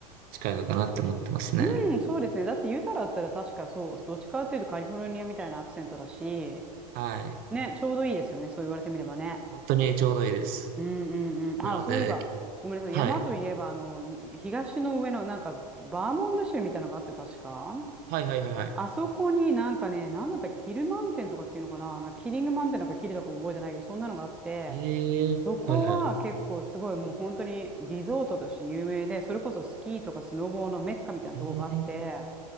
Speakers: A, on the right (about 45°); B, in the centre.
A: 近いのかなって思ってますね。
B: うん、そうですね。だって言うたらあったら確かそう、どっちかっていうとカリフォルニアみたいなアクセントだし、
A: はい。
B: ね、ちょうどいいですよね。そう言われてみればね。
A: 本当にちょうどいいです。
B: うんうんうん。
A: なので、
B: あ、そういえば、ごめんなさい。
A: はい。
B: 山といえば、あの、に東の上の、なんか、バーモント州みたいなのがあって、確か。
A: はいはいはいはい。
B: あそこになんかね、なんだったらキルマンテンとかっていうのかな、なんかキリングマンテンなんかキルだか覚えてないけど、そんなのがあって、
A: ええはいはい。
B: そこは結構すごいもう本当にリゾートとして有名で、それこそスキーとかスノボーのメッカみたいなとこがあって、
A: ええ